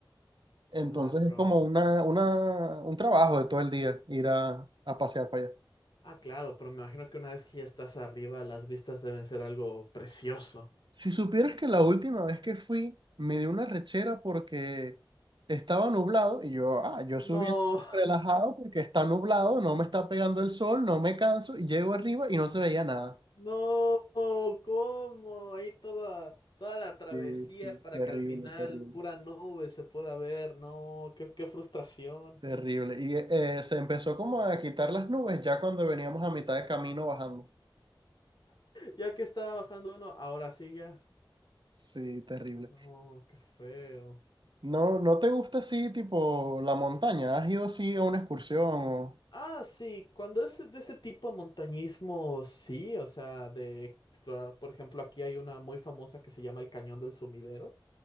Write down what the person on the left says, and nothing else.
Ah, pero,
ah, claro, pero me imagino que una vez que ya estás arriba, las vistas deben ser algo precioso.
No,
<laughs> no, ¿cómo? Ahí toda, toda la travesía
para
que al final
pura nube se pueda ver. No, qué, qué frustración.
Ya que estaba bajando uno, ahora sí ya.
No, qué feo.
Ah, sí, cuando es de ese tipo de montañismo, sí, o sea, de explorar, por ejemplo, aquí hay una muy famosa que se llama el Cañón del Sumidero,